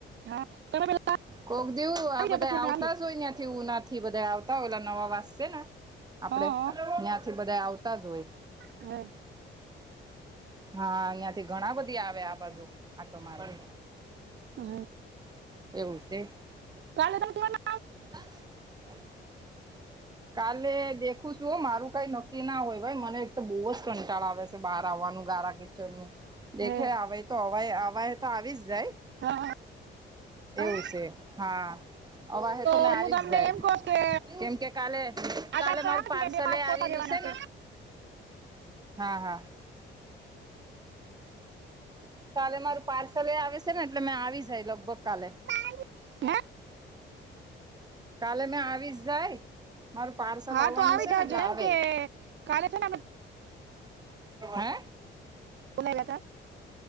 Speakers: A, on the right (about 65°); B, on the right (about 20°).
A: હા તમે પેલા
B: કોક દેવું
A: આવી
B: આ બધાય
A: ગયા પછી અમે
B: આવતા
A: આવ્યું
B: જ ઓય ને આ કેવુ ના એ બધાય આવતા હોય ઓલા નવા વાસ સે, ને આપડે
A: હા
B: ત્યાંથી બધા આવતા જ હોય.
A: હે.
B: હા, અઈયાંથી ઘણા બધી આવે આ બાજુ આટો મારે
A: હા
B: એવું સે.
A: કાલે ત નથ રેવાના.
B: <unintelligible> કાલે દેખું સું. મારું કાંઈ નક્કી ના હોય ભાઈ, મને એક તો બો ઝ કંટાળ આવે સે બાર આવવાનું ગાર કે જણનું. દેખે
A: હે,
B: આવાય તોવાય આવાય તો આવી જ ઝાય.
A: હા, હા, હા.
B: એવું સે, હા. અવા હે તો મે
A: હું
B: આવી
A: તમને
B: ઝાય,
A: એમ કહું કે
B: કેમ કે કાલે-કાલે
A: આધાર કાર્ડ
B: મારું પાર્સલેય
A: ને બે પાસપોર્ટ
B: આવી રીયુ
A: લેવાના
B: સે ને.
A: છે
B: હા, હા. કાલે મારું પાર્સલેય આવે સે ને એટલે મેં આવી ઝાય, લગભગ કાલે.
A: પાની. હે.
B: કાલે મે આવીશ ઝાય. મારુ પાર્સલ
A: હા
B: આવવાનુ
A: તો આવી
B: સે
A: જાજો
B: ને એટલે
A: એમ
B: આવે.
A: કે કાલે છે ને આપણે
B: હે!
A: બોલાયલા તા.